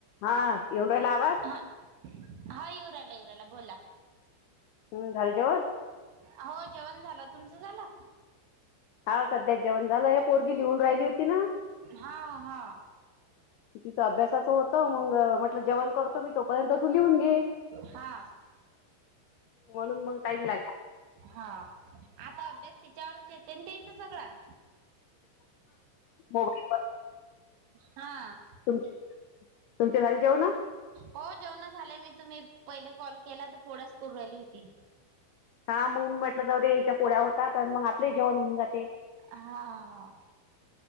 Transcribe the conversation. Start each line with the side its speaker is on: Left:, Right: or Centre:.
Left: हा येऊन राहिला आवाज.
Right: हा हा येऊ राहिला येऊ राहिला बोला.
Left: हम्म झाल जेवण.
Right: हो जेवण झालं तुमचं झालं.
Left: हाव सध्या जेव झालंय पोरगी लिहून राहिली होती ना.
Right: हा हा हा.
Left: तिचं अभ्यासाचं होत मग म्ह टल जेवण करतो मी तोपर्यंत तू लिहून घे
Right: हा
Left: म्हणून मग टाईम लागला.
Right: हा आता अभ्यास तिच्यावरच येते त्यायच सगळा.
Left: मोबाईल
Right: हा.
Left: तुमचे तुमचे झाले जेवण.
Right: हो जेवण झालंय मी तुम्ही पहिले कॉल केला तर पोड्याच करू राहिली होती.
Left: हा मग म्हटलं जाऊ दे हिच्या पोड्या होतात अन मग आपले ही जेवण होऊन जाते.
Right: हा.